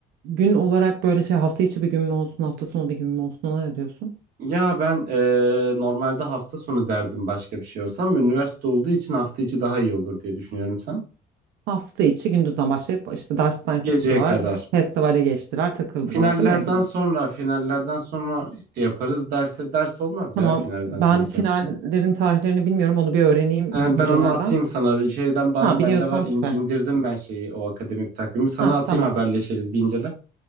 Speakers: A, on the right; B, on the right.
A: gün olarak böyle şey hafta içi bir gün mü olsun, hafta sonu bir gün mü olsun? Ona ne diyorsun?
B: Ya ben eee, normalde hafta sonu derdim başka bir şey olsam. Üniversite olduğu için hafta içi daha iyi olur diye düşünüyorum sen.
A: Hafta içi gündüzden başlayıp işte dersten çıktılar,
B: Geceye kadar.
A: festivale geçtiler, takıldılar
B: Finallerden
A: değil mi Ege?
B: sonra, finallerden sonra yaparız. Derse ders olmaz
A: Tamam.
B: ya finalden
A: Ben
B: sonraki
A: finallerin
B: hafta.
A: tarihlerini bilmiyorum. Onu bir öğreneyim
B: Ee,
A: hocalardan.
B: ben onu atayım sana. Şeyden ben,
A: Ha biliyorsan
B: bende var in-
A: süper.
B: indirdim ben şeyi o akademik takvimi. Sana
A: Ha
B: atayım
A: tamam.
B: haberleşiriz bir incele.